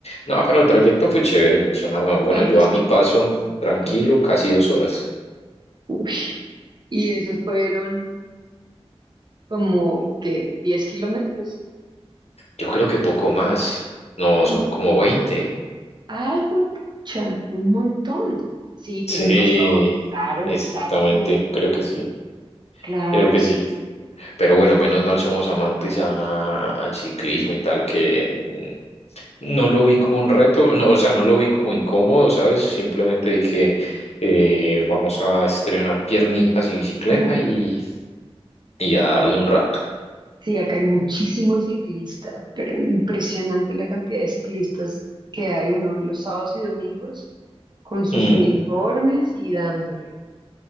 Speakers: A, on the left; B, on the right.
A: no, pero el trayecto fue chévere. Sonaba, bueno,
B: ¿cuántos
A: yo a mi
B: kilómetros
A: paso,
B: hiciste?
A: tranquilo, casi dos horas.
B: Uy. Y esos fueron como que 10 kilómetros.
A: Yo creo que poco más. No,
B: Mm.
A: son como veinte,
B: Ah, juepucha, un montón. Sí, tienes
A: Sí,
B: razón. Claro,
A: exactamente,
B: claro que veinte
A: creo que sí,
B: Claro,
A: creo que
B: sí.
A: sí. Pero bueno, menos mal somos amantes a- al ciclismo y tal, que No lo vi como un reto, no, o sea, no lo vi como incómodo, ¿sabes? Simplemente dije, eh, vamos a estrenar piernitas y bicicleta
B: <laughs>
A: y, y a darle un rato.
B: Sí, acá hay muchísimos ciclistas, pero impresionante la cantidad de ciclistas que hay uno de los sábados y domingos con sus
A: Mm,
B: uniformes y dándole.